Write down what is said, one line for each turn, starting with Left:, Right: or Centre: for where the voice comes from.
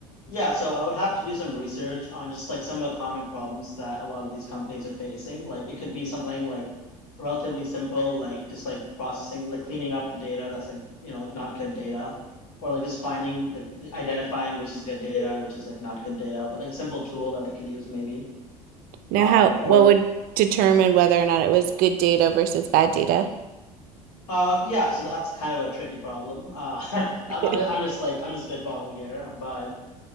Left: Yeah, so I would have to do some research on just like some of the common problems that a lot of these companies are facing. Like it could be something like relatively simple, like just like processing, like cleaning up the data that's like, you know, like not good data, or like just finding, like identifying which is good data and which is like not good data with like a simple tool that they could use maybe.
Right: Now
Left: Uh,
Right: how
Left: or
Right: what would determine whether or not it was good data versus bad data?
Left: uh, yeah, so that's kind of a tricky problem. Uh, <laughs> I'm
Right: <laughs>
Left: I'm just like I'm just spitballing here, but